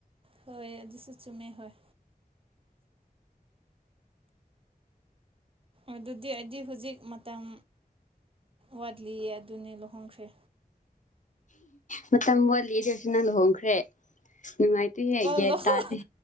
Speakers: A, on the right; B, on the left.
A: ꯍꯣꯏ ꯑꯗꯨꯁꯨ ꯆꯨꯝꯃꯦ ꯍꯣꯏ ꯑꯗꯨꯗꯤ ꯑꯩꯗꯤ ꯍꯧꯖꯤꯛ ꯃꯇꯝ ꯋꯥꯠꯂꯤꯌꯦ ꯑꯗꯨꯅꯦ ꯂꯨꯍꯣꯡꯈ꯭ꯔꯦ
B: ꯃꯇꯝ ꯋꯥꯠꯂꯤꯗ ꯅꯪ ꯂꯨꯍꯣꯡꯈ꯭ꯔꯦ ꯅꯨꯡꯉꯥꯏꯇꯦꯍꯦ
A: ꯑꯣ
B: ꯒ꯭ꯌꯥꯟ
A: ꯂꯨꯍꯣꯡ
B: ꯇꯥꯗꯤ